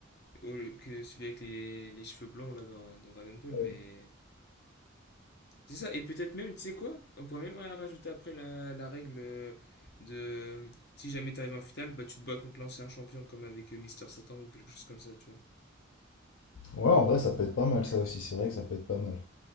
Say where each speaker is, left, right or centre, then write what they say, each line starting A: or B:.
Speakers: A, on the left; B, on the left.
A: Oh, le- que celui avec les, les cheveux blonds là dans, dans Dragon Ball,
B: Ouais,
A: mais c'est ça. Et peut-être même, tu sais quoi? On pourrait même euh, rajouter après la, la règle euh, de euh, si jamais t'arrives en finale, bah tu te bats contre l'ancien champion comme avec euh, Mister Satan ou quelque chose comme ça, tu vois.
B: Ouais, en vrai, ça peut être pas mal, ça aussi. C'est vrai que ça peut être pas mal.